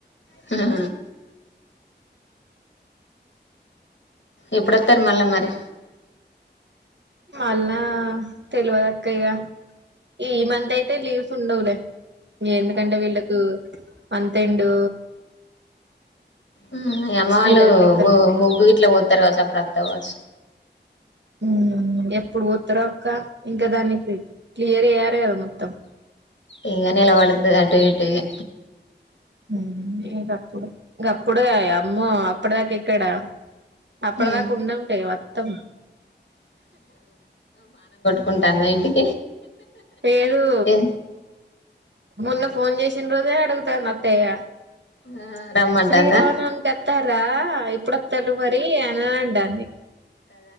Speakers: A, on the left; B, on the right.
A: హహ ఎప్పుడొతరు మళ్ళా మరి.
B: మల్లా తెలవదక్కయిగా. ఈ మంత్ అయితే లీవ్స్ ఉండవులే. ఎందుకంటే వీళ్లకు మాంథెండు
A: ఆహ్ యమ వాళ్ళు
B: నెల లెక్కలు
A: ము
B: ఉంటాయి కదా
A: ముగ్గు గిట్లా పోతారు కావచ్చు. అప్పుడు అత్తవ్ కావ్వచ్చు?
B: ఉహ్ ఎప్పుడు పోత్తరో అక్క. ఇంకా దాన్ని క్లీ క్లియర్ ఏయ్యారే కదా మొత్తం.
A: ఇంగ నేల పడుతది. అటు ఇటు గా
B: ఉహ్ ఇగప్పుడే. గప్పుడే అమ్మో! అప్పుడు దాకా ఇక్కడా? అప్పడ్
A: ఉమ్
B: దాకా ఉండంటే వత్తాం.
A: కుంటాన్ద ఇంటికి
B: పేరు.
A: ఏ
B: ముల్ ఫోన్ చేసిండ్రోజె అడుగుతంది. అత్తేయ్య
A: ఆ రమ్మంటాందా
B: శ్రీరామనవకి వత్తరా? ఇప్పుడుొత్తరు మరి అని అంటంది.